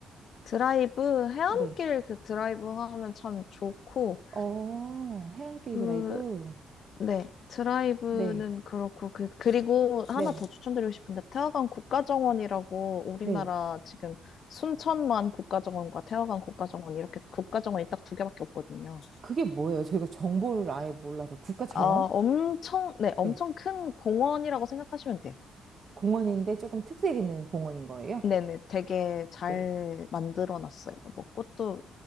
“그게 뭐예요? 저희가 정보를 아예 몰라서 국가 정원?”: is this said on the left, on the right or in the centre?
Right